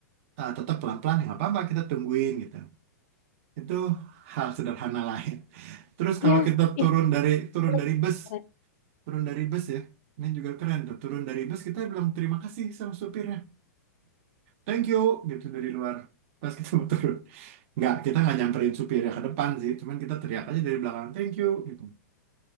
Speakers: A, on the right; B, on the left.
A: eh, tetap pelan-pelan ya nggak apa-apa kita tungguin gitu. Itu hal sederhana lain. Terus kalau
B: ya
A: kita turun
B: ih
A: dari turun
B: keren,
A: dari
B: keren,
A: bus,
B: keren.
A: turun dari bus ya. Ini juga keren tuh, turun dari bus kita bilang terima kasih sama supirnya. Thank you gitu dari luar. Pas kita mau turun. Nggak, kita nggak nyamperin supirnya ke depan sih, cuman kita teriak aja dari belakang, thank you gitu.